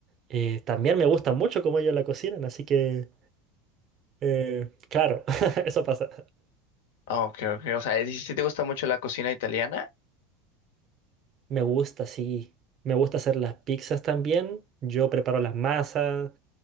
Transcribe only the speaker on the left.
Ah, ok, ok. O sea, si si te gusta mucho la cocina italiana.